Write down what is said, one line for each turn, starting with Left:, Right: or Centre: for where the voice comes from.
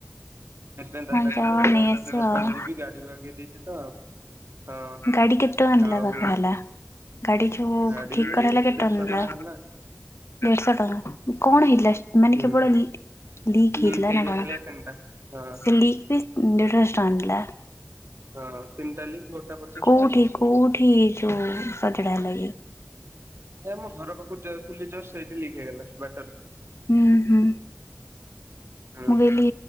Right: ସେଥିପାଇଁ ଦାଦା
Left: ହଁ ଯାଅ
Right: କହିଲେ ଦାଦାଙ୍କ
Left: ନେଇ
Right: ସହିତ
Left: ଆସିବ
Right: ଜଟଲି
Left: ଆଉ
Right: ଯିବି ଗାଡି ବାଗେଇ ଦେଇଛି ତ ହଁ
Left: ଗାଡି କେତେ ଟଙ୍କା ନେଲା
Right: ଆଉ
Left: ବାଗହେଲା ଗାଡି ଯୋଉ
Right: ଗାଡି
Left: ଠିକ
Right: ଏଇ
Left: କରାହେଲା କେତେ
Right: ଦେଢଶହ
Left: ଟଙ୍କା ନୋ
Right: ହେଲା
Left: ଦେଢଶହ ଟଙ୍କା କଣ ହେଇଥିଲା ମାନେ
Right: ହୁଁ।
Left: କେବଳ ଲିକ୍
Right: ଲିକ୍
Left: ହେଇଥିଲା
Right: ହେଇଯାଇଥିଲା
Left: ନା କଣ?
Right: ତିନିଟା ହଁ।
Left: ସେ ଲିକ୍ ବି ଦେଢ଼ଶହଟଙ୍କା ନେଲା।
Right: ହଁ ତିନିଟା ଲିକ୍ ଗୋଟା ପଚାଶ
Left: କୋଉଠି
Right: ଟଙ୍କା ତ ସେଥିପାଇଁ।
Left: କୋଉଠି ଯୋଉ ସଜଡା ହେଲା କି?
Right: ହେ ମୋ ଘର ପାଖରୁ ଯାଉଥିଲି ଯଷ୍ଟ ସେଇଠି ଲିକ୍ ହେଇଗଲା ବାଟରେ
Left: ହୁଁ ହୁଁ
Right: ହୁଁ
Left: ମୁଁ କହିଲି